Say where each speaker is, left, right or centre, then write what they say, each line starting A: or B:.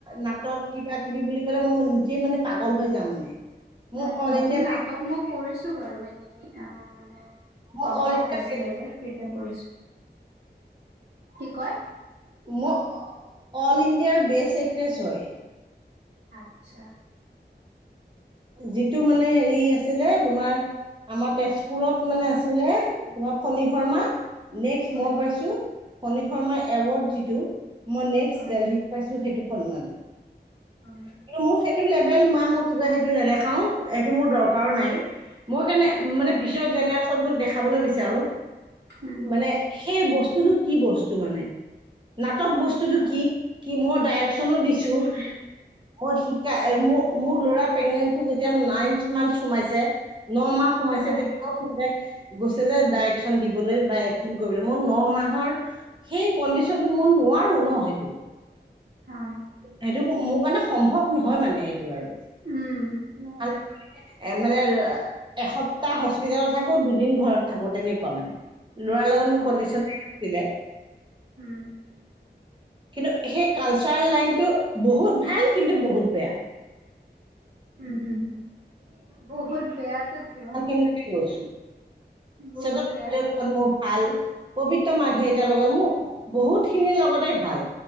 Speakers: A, on the right; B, on the right.
A: নাটক কিবা কিবি বুলি কলে মই নিজে মানে পাগল হৈ যাওঁ মানে মই
B: উম,
A: অল
B: বাকী
A: ইণ্ডিয়া
B: নাটক মই কৰিছো বাৰু এনেই অ', মানে
A: মই
B: কৰ্মশালা
A: অল ইণ্ডিয়া
B: হৈছিলে যে, তেতিয়া কৰিছো কি কয়
A: মই, অল ইণ্ডিয়াৰ বেষ্ট এক্ট্ৰেছ হয়
B: আচ্ছা,
A: যিটো মানে, হেৰি আছিলে তোমাৰ আমাৰ তেজপুৰত মানে আছিলে তোমাৰ ফণী শৰ্মা নেক্সট
B: হয়
A: মই পাইছোঁ, ফণী শৰ্মা এৱাৰৰ্ড যিটো মই নেক্সট
B: হয়
A: ডেল পাইছো, সেইটো সন্মান
B: হয়,
A: কিন্তু, মোক সেইটো লেভেল মোৱা মই কিবা সেইটো নেদেখাও এইটো মোৰ দৰকাৰো নাই মই কাৰণে
B: হয়
A: মানে পিছৰ জেনেৰেশচনটোক দেখাবলৈ বিচাৰো
B: উম
A: মানে সেই বস্তুটো কি বস্তু মানে নাটক বস্তু <unintelligible>
B: হয়
A: কি কি মই ডাইৰেকচন দিছো
B: উম
A: মই শিকা ম মোৰ ল'ৰা প্ৰেগনেঞ্চি যেতিয়া নাইন্থ মান সোমাইছে ন মাহ সোমাইছে
B: হয়
A: গৈছে যে ডাইৰেকচন দিবলৈ বা এক্টিং কৰিবলৈ মোৰ ন মাহৰ সেই, কণ্ডিশনতটো মই নোৱাৰো ন সেইটো
B: হয়,
A: সেইটো, মোৰ কাৰণে সম্ভৱ নহয় মানে সেইটো আৰু
B: উম, ন
A: ভাল-
B: এইটো
A: এ মানে, এসপ্তাহ হস্পিতেলত থাকো দুদিন ঘৰত থাকো তেনেকুৱা মানে লৰাৰ লগত
B: হয়
A: মোৰ কণ্ডিশন <unintelligible> আছিলে
B: উম,
A: কিন্তু, সেই কালচাৰেল লাইনতটো বহুত ভাল কিন্তু বহুত বেয়া
B: উম, হুম হ বহুত বেয়াটো কিয়?
A: <unintelligible> ছো
B: বহুত
A: ভাল।
B: বেয়াটো কিয়
A: পবিত্ৰ মাৰ্ঘেৰিটাৰ লগত মোৰ বহুতখিনিৰ লগতে ভাল।